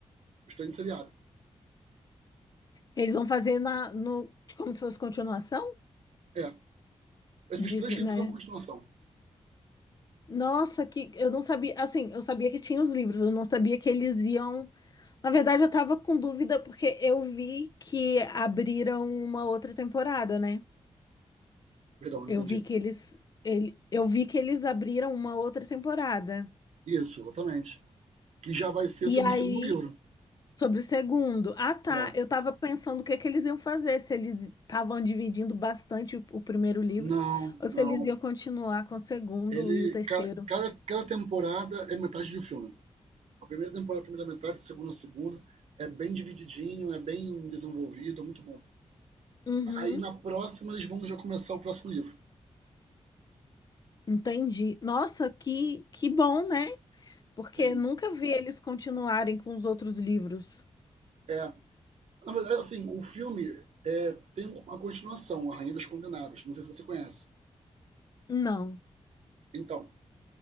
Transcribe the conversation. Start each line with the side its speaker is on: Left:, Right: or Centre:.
Right: os três seriados.
Left: Eles vão fazer na, no, como se fosse continuação?
Right: É. Esses
Left: Diz,
Right: três livros
Left: né?
Right: são continuação.
Left: Nossa, que eu não sabia. Assim, eu sabia que tinha os livros, eu não sabia que eles iam. Na verdade, eu tava com dúvida porque eu vi que abriram uma outra temporada, né?
Right: Perdão,
Left: Eu
Right: entendi.
Left: vi que eles, ele, eu vi que eles abriram uma outra temporada.
Right: Isso, exatamente. Que já vai ser
Left: E
Right: sobre
Left: aí
Right: o segundo livro.
Left: Sobre o segundo. Ah, tá.
Right: É.
Left: Eu estava pensando o que é que eles iam fazer, se eles estavam dividindo bastante o, o primeiro livro,
Right: Não,
Left: ou se
Right: não.
Left: eles iam continuar com o segundo
Right: Ele,
Left: e o terceiro.
Right: ca- cada, cada temporada é metade de um filme. A primeira temporada, a primeira metade, a segunda, a segunda. É bem divididinho, é bem desenvolvido, é muito bom.
Left: Uhum,
Right: Aí na próxima eles vão já começar o próximo livro.
Left: entendi. Nossa, que, que bom, né? Porque
Right: Sim?
Left: nunca vi eles continuarem com os outros livros.
Right: É. Na verdade, assim, o filme é, tem uma continuação, A Rainha dos Condenados. Não sei se você conhece.
Left: Não.
Right: Então,